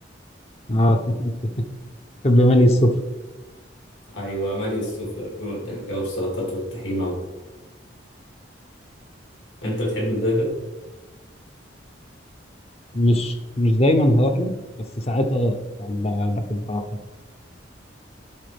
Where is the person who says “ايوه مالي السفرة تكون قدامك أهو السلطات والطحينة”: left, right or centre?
Left